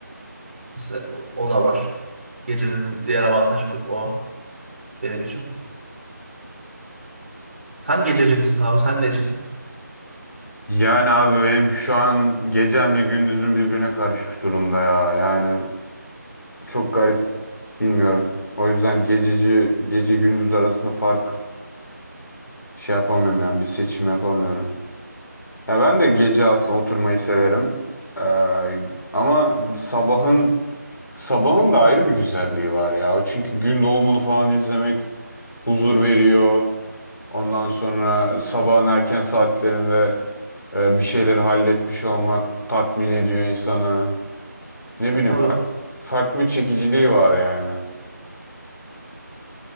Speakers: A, on the right; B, on the left.
A: Mesela o o da var. Gecenin diğer avantajı o benim için. Sen gececi misin abi? Sen necisin?
B: Yani abi benim şu an gecemle gündüzüm birbirine karışmış durumda ya yani. Çok garip bilmiyorum. O yüzden gececi gece gündüz arasında fark şey yapamıyorum yani bir seçim yapamıyorum. Ya ben de gece aslında oturmayı severim. Ee, ama sabahın sabahın da ayrı bir güzelliği var ya. O Çünkü gün doğumunu falan izlemek huzur veriyor. Ondan sonra sabahın erken saatlerinde e, bir şeyleri halletmiş olmak tatmin ediyor insanı. Ne
A: Ha,
B: bileyim
A: tabii.
B: farklı farklı bir çekiciliği var yani.